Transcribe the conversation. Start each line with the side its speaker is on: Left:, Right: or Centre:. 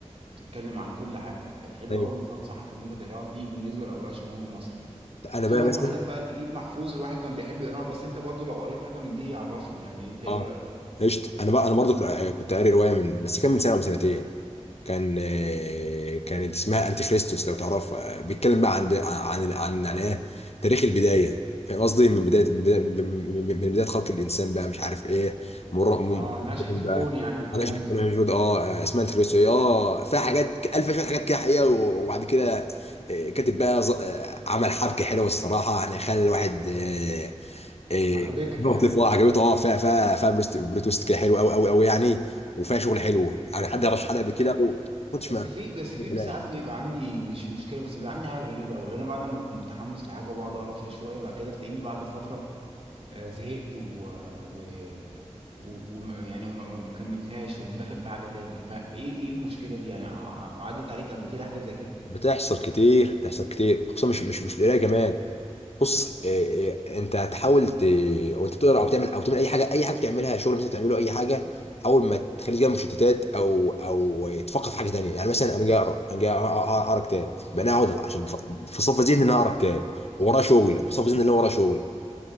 Right: وبتتكلم عن كل حاجة كانت حلوة
Left: ايوه
Right: أوي فأنصحك إن أنت تقراها دي بالنسبة لأوراق شمعون المصري
Left: انا
Right: كان في
Left: بقى
Right: برضه
Left: مثلا
Right: حاجات بقى نجيب محفوظ الواحد كان بيحب يقراها بس انت برضه لو قريت حاجه من دي عرفني يعني انت ايه
Left: اه
Right: رايك
Left: قشطه انا بقى انا برضو كنت قاري روايه من بس كان من سنه او من سنتين كان آه، كانت اسمها انتي كريستوس لو تعرفها بيتكلم بقى عن عن عن عن يعني ايه تاريخ البدايه فاهم قصدي من بدايه من بدايه من من- من بدايه خلق الانسان بقى مش عارف ايه مر م-
Right: اه نشأة
Left: بقى
Right: الكون يعني والكلام
Left: انا شفت
Right: ده
Left: انا موجود اه آه، اسمها انتي كريستوس اه فيها حاجات ك- الف شويه حاجات كده حقيقه و- وبعد كده آه، كاتب بقى ز- آه، عمل حبكه حلوه الصراحه يعني خلى الواحد آه، إيه،
Right: عجبتك
Left: مختلفة
Right: يعني
Left: عجبته اه فيها فيها فيها بريست- بريت تويست كده حلو قوي قوي قوي يعني وفيها شغل حلو يعني حد رشح حلقه قبل كده
Right: ب-
Left: و- ما كنتش
Right: بس
Left: ما
Right: في بس
Left: ده
Right: في
Left: كلام
Right: ساعات بيبقى عندي مش مشكله بس بيبقى عندي حاجه غريبه قوي انا بعد ما اكون متحمس لحاجه وبقعد اقرا فيها شويه بعد كده تلاقيني بعد فتره آه، زهقت و, و... و... و... يعني وما ما- ما كملتهاش ومدخل في حاجه تاني فايه ايه إيه المشكله دي يعني ع- ع- عدت عليك قبل كده حاجه زي كده
Left: بتحصل كتير بتحصل كتير خصوصا مش مش مش في القرايه كمان بص إيه إيه انت تحاول ت... او انت بتقرا او تعمل او تعمل اي حاجه اي حاجه بتعملها شغل مثلا تعمله اي حاجه حاول ما تخليش جنب مشتتات او او تفكر في حاجه تانيه يعني مثلا انا جاي اقرا انا جاي اقرا أقرأ اقرا كتاب يبقى انا اقعد عشان بف- بصفي ذهني ان انا اقرا كتاب ورايا شغل بصفي ذهني ان انا ورايا شغل